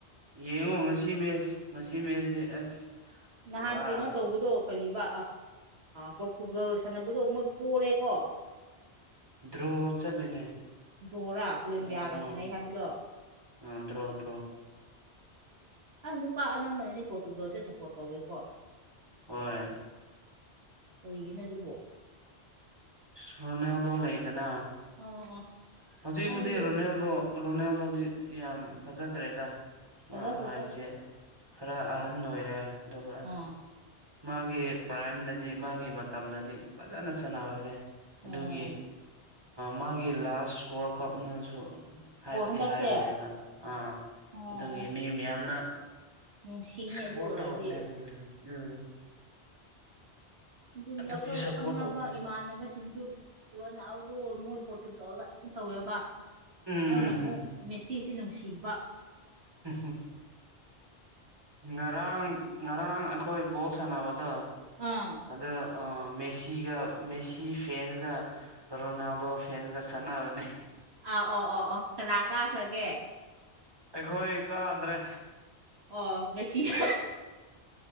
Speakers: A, on the right; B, on the right.
A: ꯌꯦꯡꯉꯣ ꯉꯁꯤ ꯃꯦꯁ ꯉꯁꯤ ꯃꯦꯁꯁ ꯑꯁ
B: ꯅꯍꯥꯟ
A: ꯄꯨꯔꯥ
B: ꯀꯩꯅꯣ ꯇꯧꯕꯗꯣ ꯀꯔꯤꯕ ꯄꯣꯔꯇꯨꯒꯜ ꯁꯥꯟꯅꯕꯗꯣ ꯃꯣꯏ ꯄꯣꯔꯦꯀꯣ
A: ꯗ꯭ꯔꯣ ꯆꯠꯂꯤꯅꯦ
B: ꯗ꯭ꯔꯣꯔꯥ ꯀꯨꯂꯤꯝꯌꯥꯒ
A: ꯗ꯭ꯔꯣ ꯑꯥ
B: ꯁꯥꯟꯅꯩ ꯍꯥꯏꯕꯗꯣ
A: ꯑꯥ ꯗ꯭ꯔꯣ ꯗ꯭ꯔꯣ
B: ꯍꯥꯏ ꯅꯨꯄꯥ ꯑꯅꯝꯕꯅꯅꯤ ꯄꯣꯔꯇꯨꯒꯜꯁꯦ ꯁꯞꯄꯣꯔꯠ ꯇꯧꯋꯦꯀꯣ
A: ꯍꯣꯏ
B: ꯀꯔꯤꯒꯤꯅꯣ ꯑꯗꯨꯕꯣ
A: ꯁꯣꯅꯕ ꯂꯩꯗꯅ
B: ꯑꯣ ꯑꯣ
A: ꯍꯧꯖꯤꯛꯕꯨꯗꯤ
B: ꯑꯩ
A: ꯔꯣꯅꯦꯜꯗꯣ ꯔꯣꯅꯦꯜꯗꯣꯗꯤ ꯌꯥꯝ ꯐꯖꯗ꯭ꯔꯦꯗ
B: ꯐꯖꯗꯦꯗ
A: ꯑ ꯍꯥꯏꯕꯁꯦ ꯈꯔ ꯑꯍꯟ ꯑꯣꯏꯔꯦ ꯑꯗꯨꯒ
B: ꯑꯥ
A: ꯃꯥꯒꯤ ꯄ꯭ꯔꯥꯏꯝꯗꯗꯤ ꯃꯥꯒꯤ ꯃꯇꯝꯗꯗꯤ ꯐꯖꯅ ꯁꯥꯟꯅꯕꯅꯦ
B: ꯑꯣ
A: ꯑꯗꯨꯒꯤ ꯃꯥꯒꯤ ꯂꯥꯁ ꯋꯥꯔꯜ ꯀꯞꯅꯁꯨ ꯍꯥꯏꯕꯗꯤ
B: ꯑꯣ ꯍꯟꯗꯛꯁꯦ
A: ꯍꯥꯏꯕꯅꯦꯕ ꯑꯥ
B: ꯑꯣ ꯑꯣ
A: ꯑꯗꯨꯒꯤ ꯃꯤ ꯃꯌꯥꯝꯅ
B: ꯅꯨꯡꯁꯤꯅꯦ
A: ꯁꯄꯣꯔꯠ
B: ꯑꯗꯨ ꯑꯣꯏꯔꯗꯤ
A: ꯇꯧ ꯎꯝ ꯎꯝ
B: ꯑꯗꯨ
A: ꯑꯗꯨꯒꯤ
B: ꯑꯩꯈꯣꯏ
A: ꯁꯞꯄꯣꯔꯠ
B: ꯈꯪꯅꯕ
A: ꯇꯧꯕꯅꯦ
B: ꯏꯃꯥꯟꯅꯕꯁꯤꯡꯁꯨ ꯔꯣꯅꯥꯜꯗꯣ ꯃꯣꯏ ꯄꯣꯔꯇꯨꯒꯥꯜ ꯈꯛꯇꯪ ꯇꯧꯋꯦꯕ
A: ꯎꯝ
B: ꯑꯩꯅ ꯑꯃꯨꯛ ꯃꯦꯁꯤꯁꯤ ꯅꯨꯡꯁꯤꯕ
A: ꯎ ꯉꯔꯥꯡ ꯉꯔꯥꯡ ꯑꯩꯈꯣꯏ ꯕꯣꯜ ꯁꯥꯟꯅꯕꯗꯣ
B: ꯑꯥ
A: ꯑꯗ ꯑ ꯃꯦꯁꯤꯒ ꯃꯦꯁꯤ ꯐꯦꯟꯁꯒ ꯔꯣꯅꯗꯣ ꯐꯦꯦꯟꯒ ꯁꯅꯅꯤ
B: ꯑ ꯑꯣ ꯑꯣ ꯑꯣ ꯀꯅꯥ ꯀꯥꯈ꯭ꯔꯒꯦ
A: ꯑꯩꯈꯣꯏ ꯀꯥꯗ꯭ꯔꯦ
B: ꯑꯣ ꯃꯦꯁꯤꯒꯤ